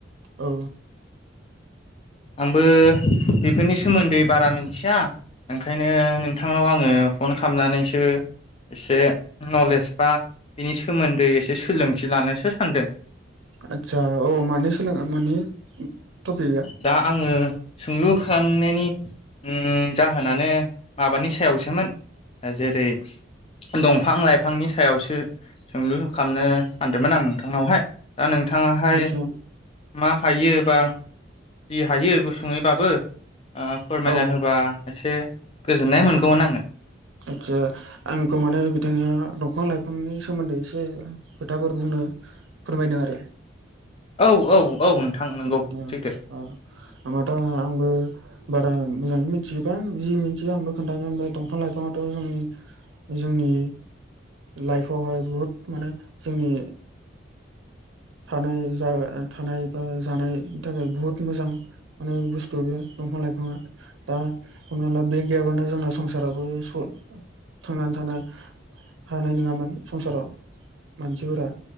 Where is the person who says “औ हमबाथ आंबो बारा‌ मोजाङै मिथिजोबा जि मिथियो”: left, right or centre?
Right